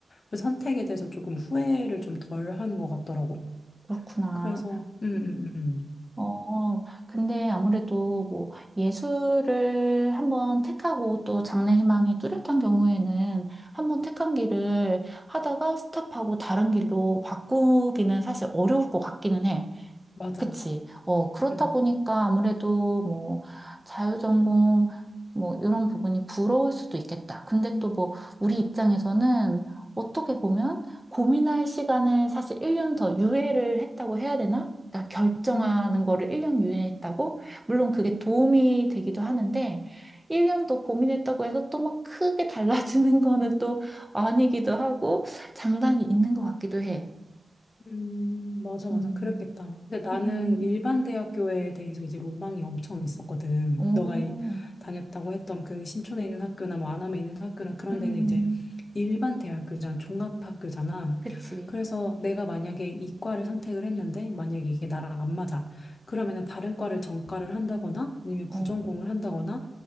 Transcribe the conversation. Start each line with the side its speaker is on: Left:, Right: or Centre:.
Left: 그 선택에 대해서 조금 후회를 좀 덜 하는 것 같더라고.
Centre: 그렇구나.
Left: 그래서 음, 음, 음.
Centre: 어, 근데 아무래도 뭐 예술을 한번 택하고 또 장래희망이 뚜렷한 경우에는 한번 택한 길을 하다가 스탑하고 다른 길로 바꾸기는 사실 어려울 것 같기는 해.
Left: 맞아.
Centre: 그치. 어, 그렇다
Left: 음.
Centre: 보니까 아무래도 뭐 자유전공 뭐 이런 부분이 부러울 수도 있겠다. 근데 또 뭐 우리 입장에서는 어떻게 보면 고민할 시간을 사실 1년 더 유예를 했다고 해야 되나? 그러니까 결정하는
Left: 음.
Centre: 거를 1년 유예했다고? 물론 그게 도움이 되기도 하는데 1년 더 고민했다고 해서 또 막 크게 달라지는 <laughs> 거는 또 아니기도 하고 장단이 있는 것 같기도 해.
Left: 음, 맞아, 맞아.
Centre: 음.
Left: 그랬겠다. 근데 나는
Centre: 음.
Left: 일반 대학교에 대해서 이제 로망이 엄청 있었거든.
Centre: 오.
Left: 너가 이- 다녔다고 했던 그 신촌에 있는 학교나 뭐 안암에 있는 학교나 그런
Centre: 음,
Left: 데는 이제 일반 대학교잖아. 종합학교잖아.
Centre: 그치.
Left: 그래서 내가 만약에 이과를 선택을 했는데 만약에 이게 나랑 안 맞아. 그러면은 다른 과를 전과를 한다거나 아니면
Centre: 어,
Left: 부전공을 한다거나